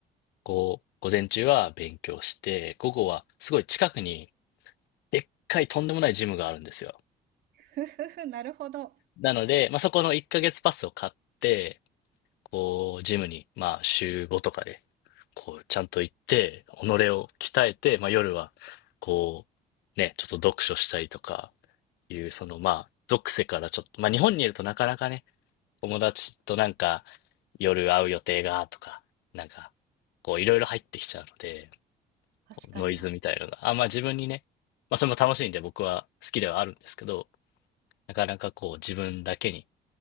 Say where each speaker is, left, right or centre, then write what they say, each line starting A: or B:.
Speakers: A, on the left; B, on the right.
A: こう、午前中は勉強して、午後はすごい近くにでっかいとんでもないジムがあるんですよ。
B: ふふふ、なるほど。
A: なので、まあ、そこの1ヶ月パスを買って、こう、ジムに、まあ、週5とかで、こう、ちゃんと行って、己を鍛えて、まあ、夜は、こう、ね、ちょっと読書したりとか、いう、その、まあ、属性からちょっと、まあ、日本にいるとなかなかね、友達となんか、夜会う予定が、とか、なんか、こう、いろいろ入ってきちゃうので、
B: 確かに。
A: こうノイズみたいなのが、あ、まあ、自分にね、まあ、それも楽しいんで僕は好きではあるんですけど、なかなかこう、自分だけに